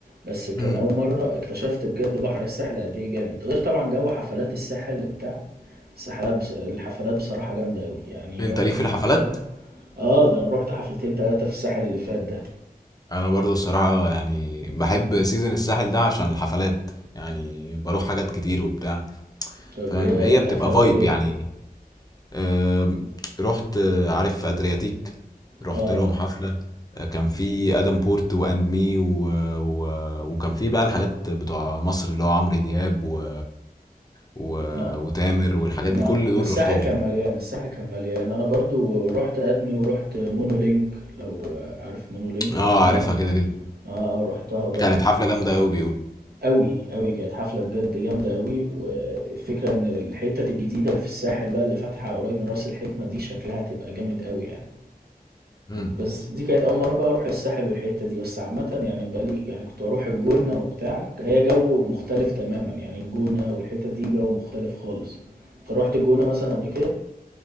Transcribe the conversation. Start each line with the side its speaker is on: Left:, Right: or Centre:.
Right: بس كان
Left: امم
Right: اول مره اكتشفت بجد بحر الساحل قد ايه جامد غير طبعا جو حفلات الساحل وبتاع الساحلات بس... الحفلات بصراحه جامده قوي يعني
Left: انت
Right: رحت
Left: ليك
Right: حفلتين
Left: في الحفلات
Right: تلاتة اه ده انا رحت حفلتين تلاتة في الساحل اللي فات ده
Left: انا برضو الصراحة يعني بحب سيزن الساحل ده عشان الحفلات يعني بروح حاجات كتير وبتاع
Right: طب
Left: فاهم
Right: ايه
Left: هي
Right: رحت
Left: بتبقى
Right: حفلات
Left: فايب
Right: ايه
Left: يعني آم، رحت آه، عارف ادرياتيك رحت
Right: آه،
Left: لهم حفلة آه، كان في ادم بورت واند مي و... و... وكان في بقى الحاجات بتوع مصر اللي هو عمرو دياب و... و...
Right: ما
Left: وتامر والحاجات دي
Right: ما
Left: كل دول
Right: الساحل
Left: رحتهم
Right: كان مليان، الساحل كان مليان، أنا برضو رُحت أدمي ورُحت مونولينك لو عارف مونولينك
Left: اه
Right: رُحتها،
Left: عارفها كده كده
Right: آه، رُحتها برضو،
Left: كانت حفلة جامدة قوي بيقول
Right: أوي، أوي كانت حفلة بجد جامدة أوي، والفكرة إن الحتت الجديدة اللي في الساحل بقى اللي فاتحة قريب من راس الحكمة دي شكلها هتبقى جامد أوي يعني.
Left: امم
Right: بس دي كانت أول مرة بقى أروح الساحل والحتة دي بس عامة يعني بقى لي يعني كنت بروح الجونة وبتاع هي جو مختلف تماما يعني الجونة والحتة دي جو مختلف خالص أنت روحت الجونة مثلا قبل كده؟